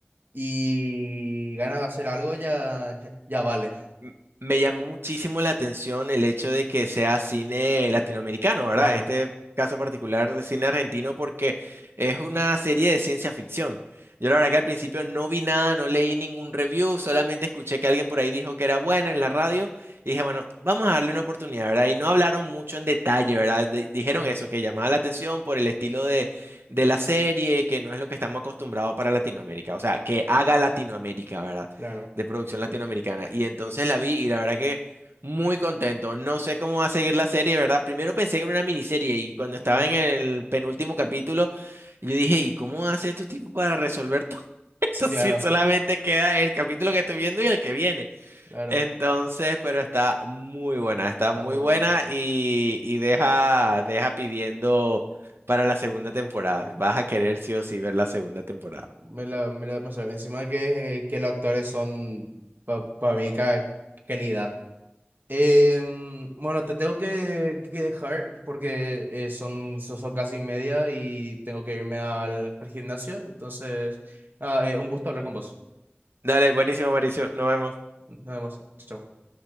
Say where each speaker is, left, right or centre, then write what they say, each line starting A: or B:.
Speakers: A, on the right (about 55°); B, on the right (about 70°).
A: y ganas de hacer algo ya, <laughs> ya vale.
B: M- Me llamó muchísimo la atención el hecho de que sea cine latinoamericano, ¿verdad?
A: Claro,
B: En este caso particular de cine argentino, porque es una serie de ciencia ficción. Yo la verdad que al principio no vi nada, no leí ningún review, solamente escuché que alguien por ahí dijo que era buena en la radio y dije, bueno, vamos a darle una oportunidad, ¿verdad? Y no hablaron mucho en detalle, ¿verdad? Di- dijeron
A: mm,
B: eso, que llamaba la atención por el estilo de, de la serie, que no es lo que estamos acostumbrados para Latinoamérica, o sea, que haga Latinoamérica, ¿verdad?
A: claro.
B: de producción latinoamericana. Y entonces la vi y la verdad que muy contento. No sé cómo va a seguir la serie, ¿verdad? Primero pensé que era una miniserie y cuando estaba
A: mm,
B: en el penúltimo capítulo, yo dije, ¿y cómo hace estos tipos para resolver todo esto
A: Sí, claro,
B: <laughs> si solamente queda el capítulo que estoy viendo y el que viene?
A: claro.
B: Entonces, pero está muy buena, está
A: Está
B: muy
A: muy
B: buena
A: bueno.
B: y, y deja, deja pidiendo para la segunda temporada. Vas a querer
A: Sí.
B: sí o sí ver la segunda temporada.
A: Me la, me la pensé. Encima de que, que los actores son para mí ca- calidad. Em, bueno, te tengo que, que dejar porque eh, son, son, son casi media y tengo que irme al, al gimnasio. Entonces, nada, eh, un gusto hablar con vos.
B: Dale, buenísimo, Mauricio. Nos vemos.
A: Nada más. Chao. chao.